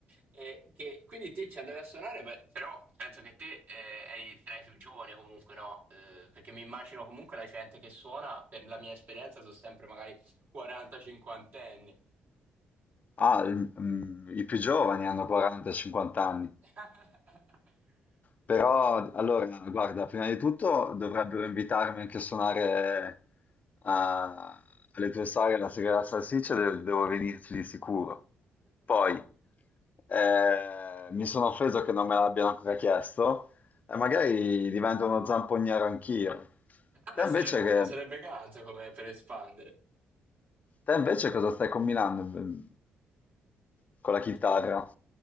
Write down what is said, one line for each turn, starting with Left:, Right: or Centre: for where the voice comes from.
Right: È che quindi te ci andavi a suonare, beh, però penso che te eh, eri tra i più giovani comunque, no? Eh, perché mi immagino comunque la gente che suona, per la mia esperienza, sono sempre magari 40-50 anni.
Left: Ah, il- mh, i più giovani hanno 40-50 anni.
Right: <laughs>
Left: Però, allora, guarda, prima di tutto dovrebbero invitarmi anche a suonare a- alle tue sagre la sera della salsiccia, de- devo venirci di sicuro. Poi, eh, mi sono offeso che non me l'abbiano ancora chiesto, e magari divento uno zampogniero anch'io. Te
Right: Eh,
Left: invece
Right: sarebbe,
Left: che...
Right: sarebbe ganza come per espandere.
Left: Te invece cosa stai combinando mm, con la chitarra?
Right: E-